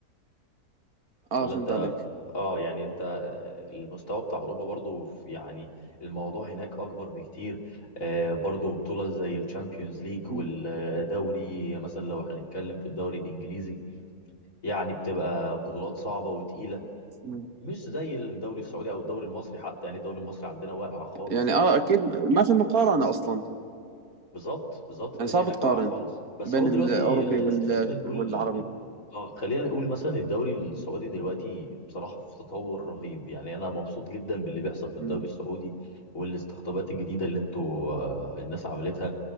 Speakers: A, on the right; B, on the left.
A: اه
B: ولا
A: فهمت
B: انت
A: عليك
B: اه يعني انت آه، المستوى بتاع اوروبا برضو في- يعني الموضوع هناك اكبر بكتير آه، برضو بطولة زي الشامبيونز ليج
A: مم.
B: والدوري مثلا لو هنتكلم في الدوري الانجليزي يعني بتبقى بطولات صعبة وتقيلة
A: مم.
B: مش زي الدوري السعودي او الدوري المصري حتى يعني الدوري المصري عندنا واقع خالص
A: يعني اه اكيد ما في مقارنة اصلا
B: بالظبط بالظبط
A: يعني
B: الدنيا
A: صعب
B: هناك
A: تقارن
B: واقعه خالص بس
A: بين
B: هو دلوقتي
A: الاوروبي وال-
B: آه، خلينا نقول
A: والعربي
B: اه آه، خلينا نقول مثلا الدوري السعودي دلوقتي بصراحه في تطور رهيب يعني انا مبسوط جدا باللي بيحصل في الدوري
A: مم.
B: السعودي والاستقطابات الجديده اللي انتوا آه، الناس عملتها